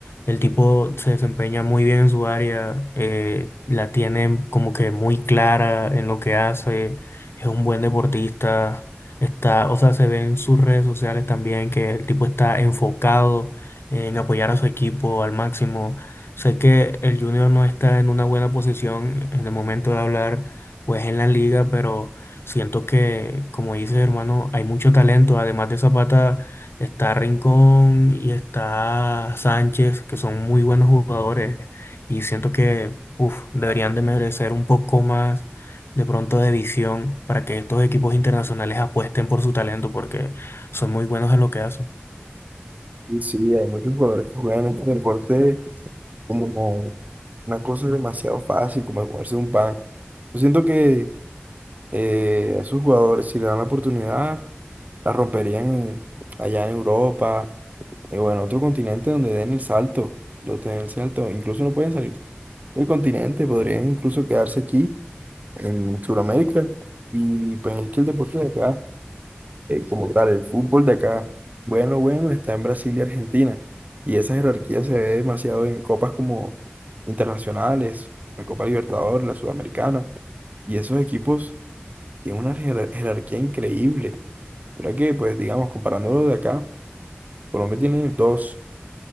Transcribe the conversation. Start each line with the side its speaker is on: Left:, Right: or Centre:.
Left: El tipo se desempeña muy bien en su área, eh, la tiene como que muy clara en lo que hace, es un buen deportista, está, o sea, se ve en sus redes sociales también que el tipo está enfocado en apoyar a su equipo al máximo. Sé que el Junior no está en una buena posición en el momento de hablar pues en la liga, pero siento que, como dices, hermano, hay mucho talento. Además de Zapata, está Rincón y está Sánchez, que son muy buenos jugadores. Y siento que, uf, deberían de merecer un poco más de pronto de visión para que estos equipos internacionales apuesten por su talento, porque son muy buenos en lo que hacen.
Right: y sí, hay muchos jugadores que juegan este deporte como una cosa demasiado fácil, como jugarse un pan. Yo siento que eh, a esos jugadores, si le dan la oportunidad, la romperían en- allá en Europa y bueno, otro continente donde den el salto, lo den el salto, incluso no pueden salir del continente, podrían incluso quedarse aquí en Sudamérica. Y pues es que el deporte de acá, eh, como tal, el fútbol de acá, bueno, bueno, está en Brasil y Argentina. Y esa jerarquía se ve demasiado en copas como internacionales, la Copa Libertadores, la Sudamericana. Y esos equipos tienen una jerar- jerarquía increíble. Mira que, pues digamos, comparándolo de acá, Colombia tiene dos